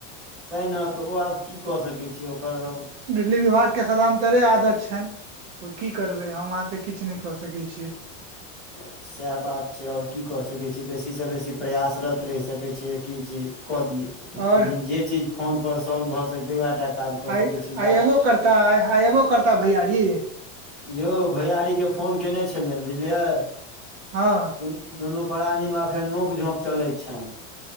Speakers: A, in the centre; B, on the right (about 50°).
A: तैय नऽ तऽ ओ आब की कऽ सकै छी ओकर अ
B: बिजली विभाग केँ सदंतरे आदत छैन ओ की करबै हम अहाँ तऽ किछ नय कऽ सकै छियै
A: बस सैह बात छै आओर की कऽ सकै छिये बेसी सँ बेसी प्रयासरत रहि सकै छ छिये की चीज कऽ दिये
B: आओर
A: लेकिन जे चीज फोन पर सॉल्व भऽ सकतै वैह टा काज कऽ
B: आइ
A: सकै
B: -
A: छी जा
B: आइ अयबो करता आइ - आइ अबो करता भैयारी
A: यौ भैयारी के फोन केने छलियनि बुझलियै
B: हँ
A: दुनू - दुनू प्राणी मे अखैन नोक झोक चलैत छैन